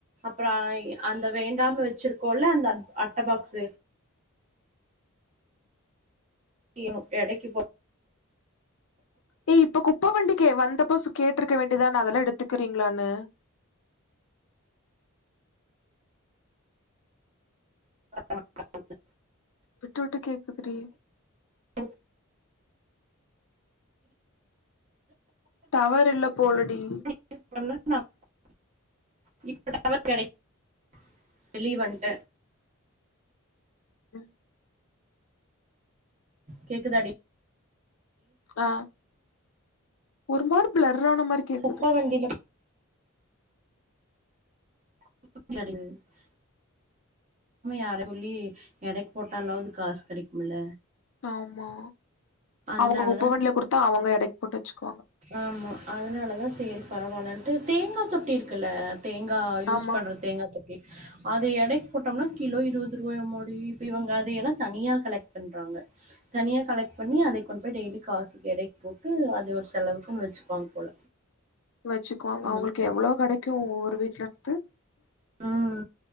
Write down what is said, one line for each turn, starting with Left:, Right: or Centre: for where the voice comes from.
Right: அப்றோ ஐ அந்த வேண்டாம் வெச்சிருக்கோல்ல அந்த அட்ட பாக்ஸு வேணு எடைக்கு போ
Left: ஏ இப்ப குப்ப வண்டிக்கு வந்தப்போ சு கேட்டிருக்க வேண்டியதானே அதெல்லா எடுத்துக்கறீங்களானு
Right: <inaudible>
Left: விட்டு விட்டு கேக்குது டி
Right: ஓ
Left: டவர் இல்ல போலடி
Right: <unintelligible> வெளிய வண்ட
Left: ம்
Right: கேக்குதா டி
Left: ஆ ஒரு மாரி பிளர்ரான மாரி கேக்குது
Right: குப்ப வண்டில <unintelligible> சும்மா யார் சொல்லி எடைக்கு போட்டாலாவது காசு கெடைக்கும்ல
Left: ஆமா
Right: அதனாலதா
Left: அவங்க குப்ப வண்டில குடுத்தா அவங்க எடைக்கு போட்டு வெச்சுக்குவாங்க
Right: ஆமா அதனாலதா சேரி பரவால்லன்ட்டு தேங்கா தொட்டி இருக்குல்ல தேங்கா யூஸ்
Left: ஆமா
Right: பண்ற தேங்கா தொட்டி அத எடைக்கு போட்டோம்னா கிலோ இருபது ரூபாயா மாடி இப்ப இவங்க அதையெல்லா தனியா கலெக்ட் பண்றாங்க தனியா கலெக் பண்ணி அதை கொண்டு போய் டெய்லி காசு எடைக்கு போட்டு அது ஒரு செலவுக்குனு வெச்சுக்குவாங்க போல
Left: வெச்சுக்குவாங்க
Right: அந்த
Left: அவங்களுக்கு
Right: மாரி
Left: எவ்ளோ கெடைக்கு ஒவ்வொரு வீட்லருந்து
Right: ம்